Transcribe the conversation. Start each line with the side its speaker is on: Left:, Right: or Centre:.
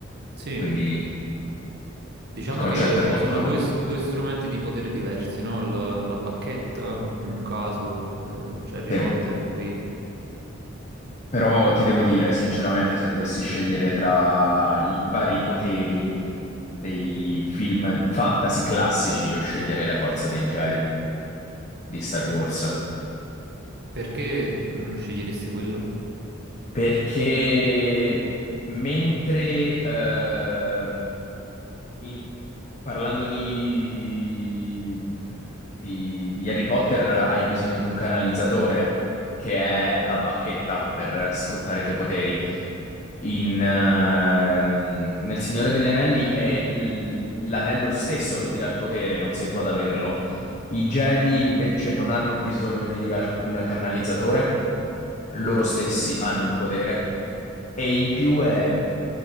Right: Sì,
Left: Quindi
Right: diciamo
Left: il concetto
Right: che
Left: è molto...
Right: sono due, s- due strumenti di potere diversi, no? Il- la bacchetta, in un caso, eh, c'è Harry
Left: sì.
Right: Potter qui.
Left: Però ti devo dire, sinceramente, se dovessi scegliere tra i vari poteri dei film fantasy classici, io sceglierei la forza dei Jedi di Star Wars.
Right: Perché mm, sceglieresti quello?
Left: Perché mentre eh, In- Parlando di... di- di Harry Potter, hai bisogno di un canalizzatore, che è la bacchetta per sfruttare i tuoi poteri. In, ehm, nel Signore degli Anelli è l- l'anello
Right: L'anello.
Left: stesso che ti dà il potere, non sei tu ad averlo. I Jedi invece non hanno bisogno di alcun canalizzatore, loro
Right: Ok,
Left: stessi hanno il potere e in più è